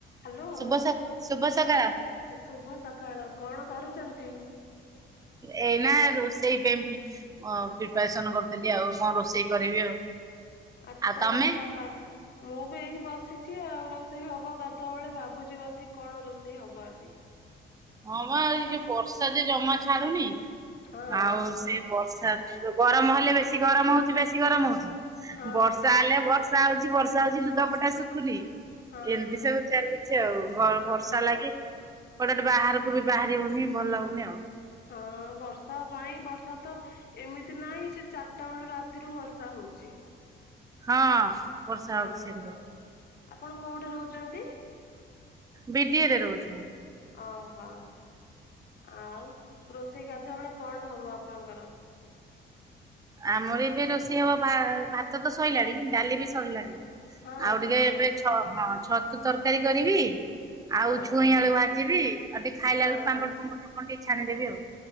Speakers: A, on the left (about 55°); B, on the right (about 20°).
A: ହ୍ୟାଲୋ
B: ଶୁଭ ଶୁଭ ସକାଳ।
A: ଶୁଭ ସକାଳ କଣ କରୁଛନ୍ତି?
B: ଏଇ ନା ରୋଷେଇ ହଁ ପ୍ରିପାରେସନ କରୁଥିଲି ଆଉ କଣ ରୋଷେଇ କରିବି ଆଉ
A: ଆଜି
B: ଆଉ
A: ତ
B: ତମେ
A: ବର୍ଷା ପା ମୁଁ ବି ଏଇ ବସିଛି ଆଉ ରୋ ରୋଷେଇ ହବ ଗାଧୁଆ ବେଳେ ଭାବୁଛି ବସି କଣ ରୋଷେଇ ହବ ଆଜି।
B: ହଁ ମା ଏଇ ଯୋଉ ବର୍ଷା ଯେ ଜମା ଛାଡୁନି
A: ହଁ
B: ଆଉ
A: ହଁ
B: ସେ ବର୍ଷା ଗରମ ହେଲେ ବେଶୀ ଗରମ ହଉଛି ବେଶୀ ଗରମ ହଉଛି
A: ହଁ
B: ବର୍ଷା
A: ହଁ
B: ହେଲେ ବର୍ଷା ବା ହଉଛି ବର୍ଷା ହଉଛି ଲୁଗାପଟା ଶୁଖୁନି।
A: ହଁ
B: ଏମିତି ସବୁ ଚାଲୁଛି ଆଉ ଘ
A: ହଁ।
B: ବର୍ଷା ଲାଗି ଗେ ବାହାରକୁ ବି ବାହାରି ହଉନି ଭଲ ଲାଗୁନି ଆଉ।
A: ହଁ ବର୍ଷା ପାଇଁ ବର୍ଷା ତ ଏମିତି ନାହିଁ ସେ ଚାରିଟା ବେଳୁ ରାତିରୁ ବର୍ଷା ହଉଛି।
B: ହଁ ବର୍ଷା
A: ହଁ
B: ହଉଛି ସେମିତିଆ।
A: ହଁ ଆପଣ କୋଉଠି ରହୁଛନ୍ତି।
B: ବିଡିଏରେ ରହୁଛି ମୁଁ।
A: ଓହୋ ଆଉ ରୋଷେଇ ଗାଧୁଆ ବେଳେ କଣ ହବ ଆପଣଙ୍କର।
B: ଆମର ଏବେ ରୋଷେଇ ହବ ଭାତ ତ ସରଲାଣି ଡାଲି ବି ସରଲାଣି।
A: ହଁ
B: ଆଉ
A: ହଁ
B: ଟିକେ ଏବେଛ ହଁ ଛତୁ ତରକାରୀ କରିବି। ଆଉ
A: ହଁ
B: ଛୁଇଁ
A: ହଁ।
B: ବେୁ ଭାଜିବି ଆଉ ଟିକେ ଖାଇଲା
A: ହଁ
B: ବବେଳ ପାମ୍ପଡ
A: ହଁ
B: ଫମ୍ ଟ ଟିକେ ଛାଣିଦବି ଆଉ।